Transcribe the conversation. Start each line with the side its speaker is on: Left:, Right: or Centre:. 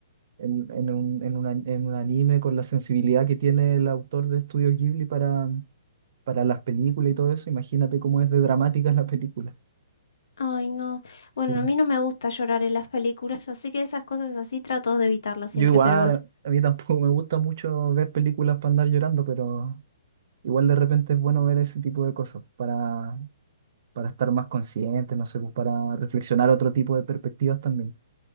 Right: en, en un, en un an- en un anime con la sensibilidad que tiene el autor de Estudio Ghibli para, para las películas y todo eso, imagínate cómo es de dramática la película.
Left: Ay, no.
Right: Sí.
Left: Bueno, a mí no me gusta llorar en las películas, así que esas cosas así trato de evitarlas
Right: Yo
Left: siempre,
Right: igual,
Left: pero bueno.
Right: a a mí tampoco me gusta mucho ver películas para andar llorando, pero Igual de repente es bueno ver ese tipo de cosas para, para estar más consciente, no sé, pues, para reflexionar otro tipo de perspectivas también.